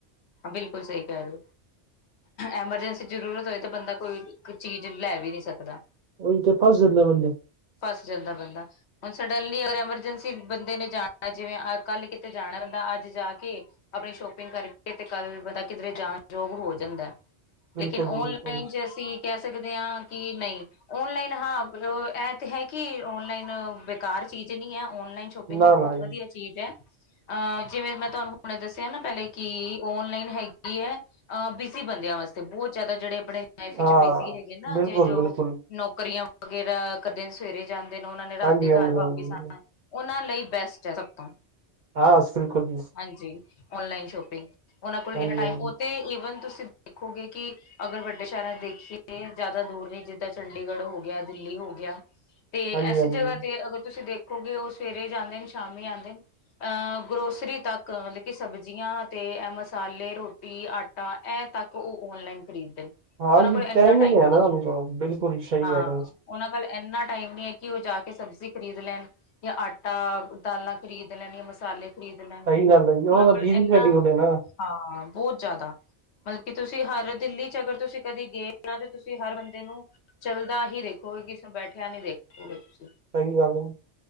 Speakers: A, on the left; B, on the right.
A: ਹਾਂ, ਬਿਲਕੁਲ ਸਹੀ ਕਹਿ ਰਹੇ ਹੋ। ਐਮਰਜੈਂਸੀ ਜ਼ਰੂਰਤ ਹੋਏ ਤਾਂ ਬੰਦਾ ਕੋਈ ਚੀਜ਼ ਲੈ ਵੀ ਨਹੀਂ ਸਕਦਾ।
B: ਉਹੀ ਤੇ ਫਸ ਜਾਂਦਾ ਏ ਬੰਦਾ।
A: ਫਸ ਜਾਂਦਾ ਬੰਦਾ ਹੁਣ ਸਡਨਲੀ ਅਗਰ ਐਮਰਜੈਂਸੀ ਬੰਦੇ ਨੇ ਜਾਣਾ। ਜਿਵੇਂ ਅਹ ਕੱਲ੍ਹ ਕਿਤੇ ਜਾਣਾ, ਬੰਦਾ ਅੱਜ ਜਾ ਕੇ। ਆਪਣੀ ਸ਼ੋਪਿੰਗ ਕਰਕੇ, ਤੇ ਕੱਲ ਬੰਦਾ ਕਿਧਰੇ ਜਾਣ ਯੋਗ ਹੋ ਜਾਂਦਾ।
B: ਬਿਲਕੁਲ
A: ਲੇਕਿਨ ਓਨਲਾਈਨ
B: ਜੀ ਬਿਲਕੁਲ
A: ਚ ਅਸੀਂ ਕਹਿ ਸਕਦੇ ਹਾਂ ਕਿ, ਨਹੀਂ। ਓਨਲਾਈਨ ਹਾਂ, ਇਹ ਤੇ ਹੈ ਕਿ ਔਨਲਾਈਨ ਬੇਕਾਰ ਚੀਜ਼ ਨਹੀ ਹੈ, ਓਨਲਾਈਨ। ਸ਼ੋਪਿੰਗ
B: ਨਾ
A: ਵੀ ਬਹੁਤ
B: ਨਾ ਜੀ
A: ਵਧੀਆ ਚੀਜ਼ ਐ। ਅ ਜਿਵੇਂ ਮੈਂ ਤੁਹਾਨੂੰ ਹੁਣ ਦੱਸਿਆ ਨਾ ਪਹਿਲੇ, ਕਿ ਓਨਲਾਈਨ ਹੈਗੀ ਹੈ। ਅ ਬਿਜ਼ੀ ਬੰਦਿਆਂ ਵਾਸਤੇ ਬਹੁਤ ਜ਼ਿਆਦਾ, ਜਿਹੜੇ ਆਪਣੇ ਲਾਈਫ ਵਿੱਚ
B: ਹਾਂ
A: ਬਿਜ਼ੀ ਹੈਗੇ ਨਾ,
B: ਬਿਲਕੁਲ
A: ਜੇ ਜੋ।
B: ਬਿਲਕੁਲ
A: ਨੌਕਰੀਆਂ ਵਗੈਰਾ ਕਦੇ ਦਿਨ ਸਵੇਰੇ ਜਾਂਦੇ ਨੇ, ਉਹਨਾਂ ਨੇ ਰਾਤੀ
B: ਹਾਂਜੀ ਹਾਂਜੀ
A: ਘਰ ਵਾਪਿਸ
B: ਹਾਂਜੀ
A: ਆਣਾ। ਉਹਨਾਂ ਲਈ ਬੈਸਟ ਹੈ ਸਭ ਤੋਂ,
B: ਹਾਂ ਬਿਲਕੁਲ ਜੀ
A: ਹਾਂਜੀ ਓਨਲਾਈਨ ਸ਼ੋਪਿੰਗ। ਉਹਨਾਂ ਕੋਲ
B: ਹਾਂਜੀ
A: ਇਹਨਾਂ ਟਾਈਮ,
B: ਹਾਂਜੀ
A: ਉਹ ਤੇ ਈਵਨ ਤੁਸੀਂ ਦੇਖੋਗੇ ਕਿ ਅਗਰ ਵੱਡੇ ਸ਼ਹਿਰਾਂ ਚ ਦੇਖੀਏ, ਜ਼ਿਆਦਾ ਦੂਰ ਨਹੀਂ, ਜਿੱਦਾਂ ਚੰਡੀਗੜ੍ਹ ਹੋ ਗਿਆ, ਦਿੱਲੀ ਹੋ ਗਿਆ। ਤੇ
B: ਹਾਂਜੀ
A: ਇਸ
B: ਹਾਂਜੀ
A: ਜਗ੍ਹਾ ਤੇ ਅਗਰ ਤੁਸੀਂ ਦੇਖੋਗੇ, ਉਹ ਸਵੇਰੇ ਜਾਂਦੇ ਨੇ, ਸ਼ਾਮੀ ਆਂਦੇ ਨੇ। ਅਹ, ਗਰੋਸਰੀ ਤੱਕ, ਮਤਲਬ ਕਿ ਸਬਜ਼ੀਆਂ ਤੇ ਇਹ ਮਸਾਲੇ ਰੋ ਆਟਾ ਐ ਤੱਕ, ਉਹ ਓਨਲਾਈਨ ਖਰੀਦ ਦੇ ਨੇ
B: ਹਾਂਜੀ
A: ਉਹਨਾਂ ਕੋਲ ਇਨਾ
B: ਟਾਈਮਿੰਗ
A: ਟਾਈਮ
B: ਹੈ
A: ਨਹੀਂ
B: ਨਾ ਉਨਕਾ
A: ਐ,
B: ਬਿਲਕੁਲ ਸਹੀ
A: ਹਾਂ।
B: ਕਹਿ ਰਹੇ ਹੋ।
A: ਉਹਨਾਂ ਕੋਲ ਇੰਨਾ ਟਾਈਮ ਨੀ ਐ ਕਿ ਉਹ ਜਾ ਕੇ ਸਬਜ਼ੀ ਖ਼ਰੀਦ ਲੈਣ, ਯਾ ਆਟਾ। ਦਾਲਾਂ ਖਰੀਦ ਲੈਣੀ ਮਸਾਲੇ ਖਰੀਦ ਲੈਣੀ,
B: ਸਹੀ ਗੱਲ ਹੈ ਜੀ
A: ਉਹਨਾਂ
B: ਦਾ
A: ਕੋਲ
B: ਬਿਜੀ
A: ਇਨਾ
B: ਸ਼ਡਿਊਲ
A: ਹਾਂ,
B: ਹੈ ਨਾ
A: ਬਹੁਤ ਜ਼ਿਆਦਾ। ਮਤਲਬ ਕਿ ਤੁਸੀਂ ਹਰ ਦਿੱਲੀ ਚ ਅਗਰ ਤੁਸੀਂ ਕਦੇ ਗਏ ਨਾ ਤੇ ਤੁਸੀਂ ਹਰ ਬੰਦੇ ਨੂੰ। ਚੱਲਦਾ ਹੀ ਦੇਖੋਗੇ ਕਿਸ ਨੂੰ ਬੈਠਿਆ ਨਹੀਂ ਦੇਖੋਗੇ ਤੁਸੀਂ।
B: ਸਹੀ ਗੱਲ ਐ।